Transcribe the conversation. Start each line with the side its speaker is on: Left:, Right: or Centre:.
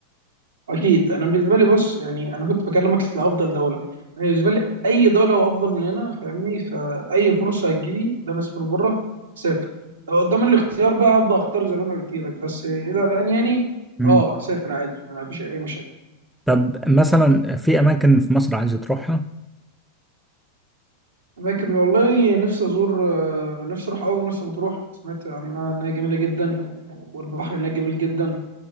Right: اكيد انا بالنسبه لي بص يعني انا كنت بكلمك لافضل دوله انا بالنسبه لي اي دوله هو افضل من هنا فاهمني فاي فرصه هتجيلي ان انا اسافر بره اسافر لو قدام الاختيار بقى هبدا اختار زي ما انا قلت لك بس الى الان يعني
Centre: مم.
Right: اه اسافر عادي ما فيش اي مشاكل
Centre: طب مثلا في اماكن في مصر عايز تروحها
Right: لكن والله نفسي ازور آه، نفسي اروح اول مرسى مطروح سمعت عنها انها جميله جدا والبحر هناك جميل جدا